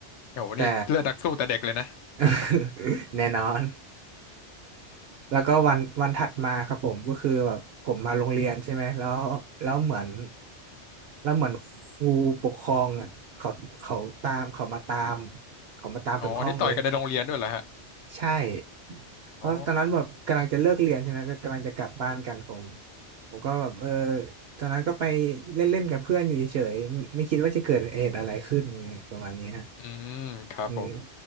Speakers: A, on the left (about 75°); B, on the right (about 65°).
A: โหนี่เลือดนักสู้แต่เด็กเลยนะ
B: แต่ <laughs> แน่นอน แล้วก็วันวันถัดมาครับผมก็คือแบบผมมาโรงเรียนใช่ไหมแล้วแล้วเหมือนแล้วเหมือนครูปกครองอะเขาเขาตามเขามาตามเขามาตามถึงห้องเลย
A: อ๋ออันนี้ต่อยกันในโรงเรียนด้วยเหรอฮะ
B: ใช่เพราะตอนนั้นแบบกำลังจะเลิกเรียนใช่ไหมก็กำลังจะกลับบ้านกันผม
A: อ๋อ
B: ผมก็แบบเออตอนนั้นก็ไปเล่นๆกับเพื่อนอยู่เฉยๆไม่คิดว่าจะเกิดเหตุอะไรขึ้นไงประมาณนี้ฮะ
A: อืมครับผม
B: อืม